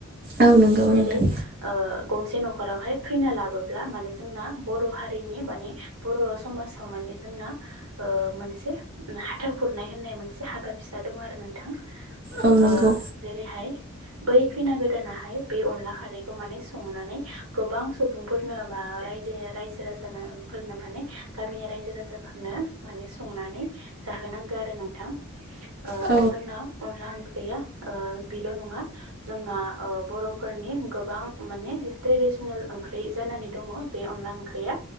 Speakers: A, on the right (about 45°); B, on the right (about 85°).
A: औ नंगौ
B: जेरै
A: नोंथां
B: ओ गंसे न'खरावहाय खैना लाबोब्ला माने जोंना बर' हारिनि माने बर' समाजाव माने <unintelligible> जोंना ओ मोनसे <unintelligible> खुरनाय होननाय मोनसे हाबा फिसा दं आरो नोंथां
A: औ
B: ओ
A: नंगौ
B: जेरैहाय बै खैना गोदानाहाय बे अनला खारैखौ माने संनानै गोबां सुबुंफोरनो बा रायजोयो रायजो राजानो फोरनो माने गामिया रायजो राजा फोरनो माने संनानै जाहोनांगो आरो नोंथां ओ
A: औ
B: जोंना अनला ओं ख्रैया ओ बेल' नङा जोंना ओ बर'फोरनि गोबां मानेे ट्रेबि डिसनेल ओंख्रि जानानै दङ बे अनला ओंख्रिया।